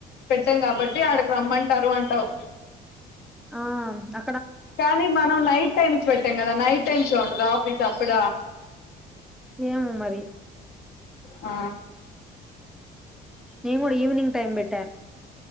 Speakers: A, on the left; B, in the centre.
A: పెట్టాం కాబట్టి ఆడికి రమ్మంటారు అంటావు
B: ఆ అ
A: కానీ మనం నైట్ టైమ్స్ పెట్టాం కదా నైట్ టైమ్స్ లో ఉంటందా ఆఫీస్ అప్పుడ
B: ఏమో మరి
A: ఆ
B: నేను కూడా ఈవినింగ్ టైమ్ పెట్టా